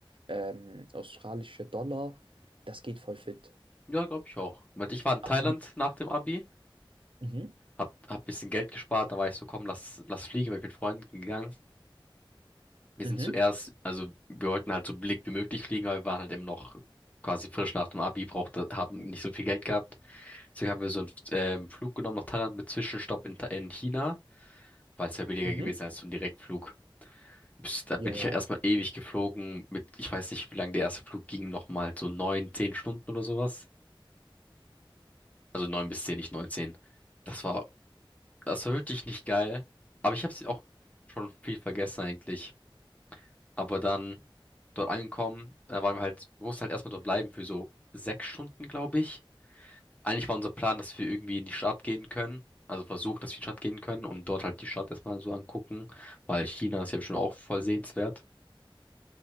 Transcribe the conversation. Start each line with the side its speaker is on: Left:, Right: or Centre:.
Right: ähm, australische Dollar, das geht voll fit.
Left: ja, glaube ich auch. Weil Ich war in
Right: Also,
Left: Thailand
Right: mhm,
Left: nach dem Abi,
Right: mhm,
Left: hab, hab bisschen Geld gespart, dann war ich so, komm, lass, lass fliegen, bin ich mit Freunden gegangen. Wir
Right: mhm,
Left: sind zuerst, also wir wollten halt so billig wie möglich fliegen, aber wir waren halt eben noch quasi frisch nach dem Abi, brauchte, haben nicht so viel Geld gehabt. Deswegen haben wir so einen ähm, Flug genommen nach Thailand mit Zwischenstopp in, Tha- in China, weil es ja billiger
Right: mhm.
Left: gewesen als so ein Direktflug. Bis- Da
Right: ja,
Left: bin ich
Right: ja.
Left: ja erstmal ewig geflogen mit, ich weiß nicht, wie lange der erste Flug ging, nochmal so neun, zehn Stunden oder sowas. Also neun bis zehn, nicht neun, zehn. Das war, das war wirklich nicht geil. Aber ich habe es auch schon viel vergessen eigentlich. Aber dann dort angekommen, da waren wir halt, wir mussten halt erstmal dort bleiben für so sechs Stunden, glaube ich. Eigentlich war unser Plan, dass wir irgendwie in die Stadt gehen können. Also versuchen, dass wir in die Stadt gehen können und dort halt die Stadt erstmal so angucken, weil China ist ja schon auch voll sehenswert.